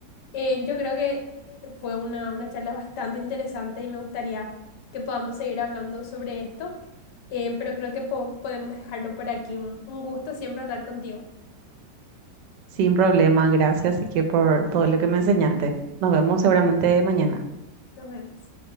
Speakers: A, on the left (about 75°); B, on the right (about 85°).
A: Eh, yo creo que eh, fue una, una charla bastante interesante y me gustaría que podamos seguir hablando sobre esto, eh, pero creo que po- podemos dejarlo por aquí. Un, un gusto siempre hablar contigo.
B: Sin problema, gracias y que por todo lo que me enseñaste. Nos vemos seguramente mañana.
A: Nos vemos.